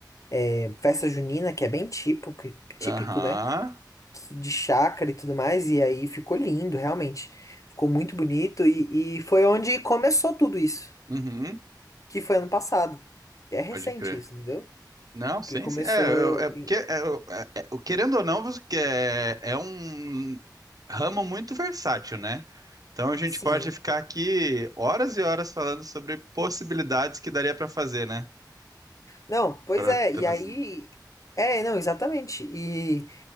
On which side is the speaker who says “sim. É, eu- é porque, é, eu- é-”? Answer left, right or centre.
Right